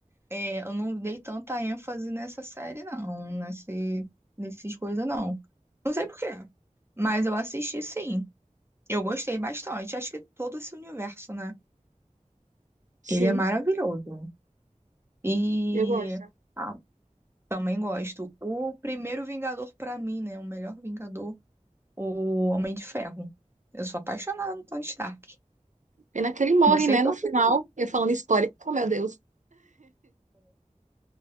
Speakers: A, on the right (about 20°); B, on the right (about 70°).
A: é, eu não dei tanta ênfase nessa série, não. Nesse, nessas coisas, não. Não sei por quê, mas eu assisti sim. Eu gostei bastante. Acho que todo esse universo, né?
B: Sim,
A: Ele é maravilhoso. E
B: eu gosto.
A: ah, também gosto. O primeiro Vingador pra mim, né? O melhor Vingador, o Homem de Ferro. Eu sou apaixonada no Tony Stark.
B: Pena que ele morre,
A: Não sei
B: né?
A: tua
B: No final,
A: opinião.
B: eu falando spoiler. Oh, meu Deus.